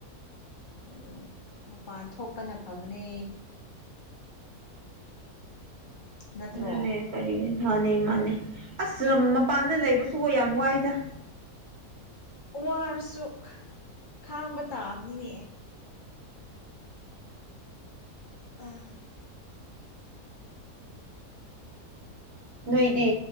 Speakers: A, on the left (about 45°); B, on the right (about 55°).
A: ꯑꯗꯨꯅ ꯃꯄꯥꯟ ꯊꯣꯛꯄꯅ ꯐꯕꯅꯦ ꯅꯠꯇ꯭ꯔꯣ
B: ꯑꯗꯨꯅꯦ ꯀꯔꯤ ꯃꯥꯅꯤ ꯃꯥꯅꯤ ꯑꯁ ꯃꯄꯥꯟꯗ ꯂꯩꯕꯁꯨ ꯍ ꯌꯥꯝ ꯋꯥꯏꯗ
A: ꯋꯥꯔꯁꯨ ꯈꯥꯡꯕ ꯇꯥꯕꯅꯤꯅꯦ ꯑꯥ
B: ꯅꯣꯏꯗꯤ